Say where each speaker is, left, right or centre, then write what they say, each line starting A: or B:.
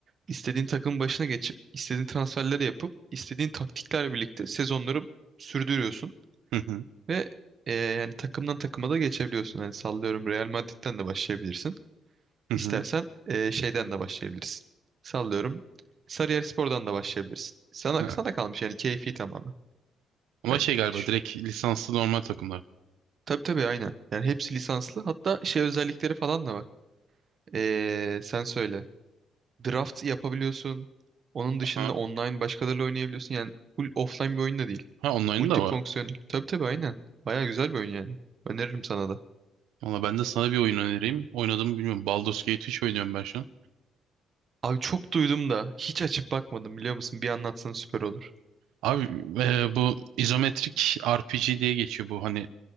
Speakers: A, on the right; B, on the right.
A: İstediğin takım başına geçip istediğin transferleri yapıp istediğin taktiklerle birlikte sezonları sürdürüyorsun.
B: Hı hı.
A: Ve e, yani takımdan takıma da geçebiliyorsun. Yani sallıyorum Real Madrid'den de başlayabilirsin.
B: Hı
A: İstersen
B: hı.
A: e, şeyden de başlayabilirsin. Sallıyorum. Sarıyer Spor'dan da başlayabilirsin. Sana,
B: Ha.
A: sana kalmış yani keyfi tamamen.
B: Ama
A: E,
B: şey galiba
A: ş-
B: direkt lisanslı normal takımlar.
A: tabii tabii aynen. Yani hepsi lisanslı. Hatta şey özellikleri falan da var. E, sen söyle. Draft yapabiliyorsun. Onun dışında
B: Ha,
A: online başkalarıyla oynayabiliyorsun. Yani full offline bir oyun da değil.
B: ha online'ı
A: Multifonksiyonel.
B: da var.
A: Tabii tabii aynen. Baya güzel bir oyun yani. Öneririm sana da.
B: Valla ben de sana bir oyun önereyim. Oynadığımı bilmiyorum. Baldur's Gate 3 oynuyorum ben şu an.
A: Abi çok duydum da hiç açıp bakmadım biliyor musun? Bir anlatsan süper olur.
B: Abi e, bu izometrik RPG diye geçiyor bu hani